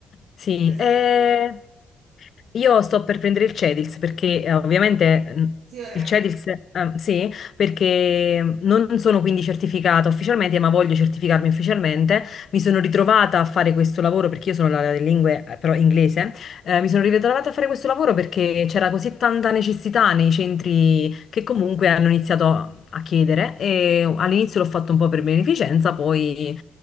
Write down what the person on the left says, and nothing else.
sì.
eh,
io sto per prendere il Cedils perché eh, ovviamente mm,
il Cedils,
eh, sì, perché mm, non sono quindi certificata ufficialmente, ma voglio certificarmi ufficialmente. Mi sono ritrovata a fare questo lavoro perché io sono laureata in lingue, eh, però inglese. eh, mi sono ritrovata a fare questo lavoro perché c'era così tanta necessità nei centri che comunque hanno iniziato a chiedere e all'inizio l'ho fatto un po' per beneficenza, poi